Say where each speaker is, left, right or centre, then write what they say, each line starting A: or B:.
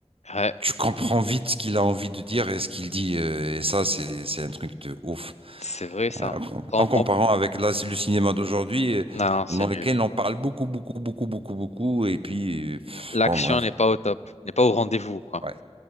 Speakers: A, on the left; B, on the right.
A: Ouais,
B: Tu comprends vite ce qu'il a envie de dire et ce qu'il dit. euh, et ça, c'est, c'est un truc de ouf.
A: c'est vrai ça.
B: Euh,
A: On-
B: en comparant
A: on-
B: avec là, le cinéma d'aujourd'hui, euh,
A: Non, c'est
B: dans lequel
A: nul.
B: on parle beaucoup, beaucoup, beaucoup, beaucoup, beaucoup. Et puis, euh,
A: L'action
B: bon, bref.
A: n'est pas au top, n'est pas au rendez-vous, quoi.
B: ouais.